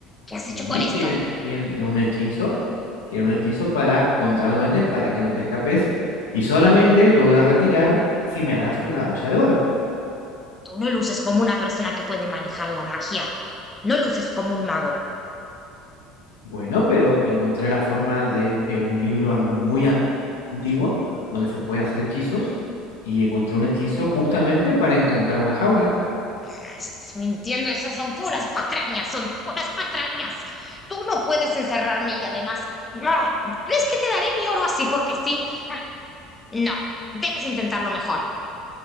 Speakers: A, on the left (about 20°); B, on the left (about 80°).
A: ¿Qué
B: Sí,
A: has hecho con esto?
B: tiene, tiene un hechizo. Tiene un hechizo para contra duendes para que no te escapes. Y solamente lo voy a retirar si me das un- la olla de oro.
A: Tú no luces como una persona que puede manejar la magia. No luces como un mago.
B: Bueno, pero encontré la forma de en un libro an- muy a- antiguo donde se pueden hacer hechizos. Y encontré un hechizo justamente para encantar una jaula.
A: Ah, Estás mintiendo, esas son puras patrañas, son puras patrañas. Tú no puedes encerrarme y además... ah, ¿Crees que te daré mi oro así porque sí? Ah, No, debes intentarlo mejor.